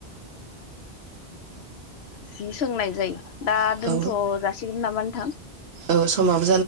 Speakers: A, on the left; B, on the right.
A: जि सोंनाय जायो दा दोनथ'
B: औ
A: जासिगोन नामा नोंथां
B: औ समाबो